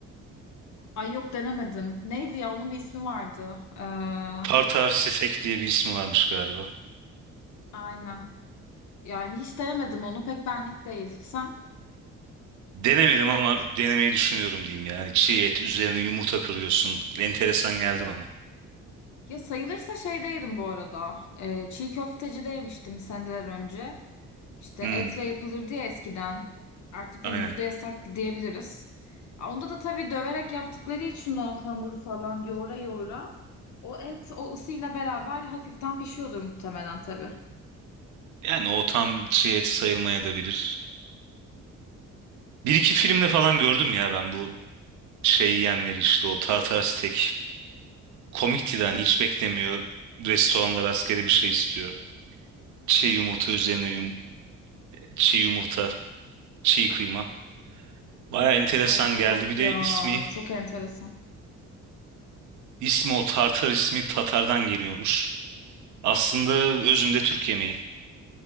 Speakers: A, on the left (about 70°); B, on the right (about 75°).
A: Ay yok denemedim. Neydi ya onun bir ismi vardı. Ee,
B: Tartar steak diye bir ismi varmış galiba.
A: aynen. Yani hiç denemedim onu pek benlik değil. Sen?
B: Denemedim ama denemeyi düşünüyorum diyeyim yani. Çiğ et üzerine yumurta kırıyorsun. Enteresan geldi bana.
A: Ya sayılırsa şeyde yedim bu arada. Ee, çiğ köftecide yemiştim seneler önce. İşte
B: Hmm,
A: etle yapılırdı ya eskiden. Artık günümüzde
B: aynen.
A: yasak diyebiliriz. Onda da tabii döverek yaptıkları için o hamuru falan yoğura yoğura. O et o ısıyla beraber hafiften pişiyordur muhtemelen tabii.
B: Yani o tam çiğ et sayılmaya da bilir. Bir iki filmde falan gördüm ya ben bu şey yiyenleri işte o tartar steak komikti de hani hiç beklemiyor. Restoranlar askeri bir şey istiyor. Çiğ yumurta üzerine yum, çiğ yumurta, çiğ kıyma. Baya enteresan
A: Ay
B: geldi.
A: yok
B: Bir
A: ya
B: de ismi,
A: çok enteresan.
B: ismi o Tartar ismi Tatar'dan geliyormuş. Aslında özünde Türk yemeği.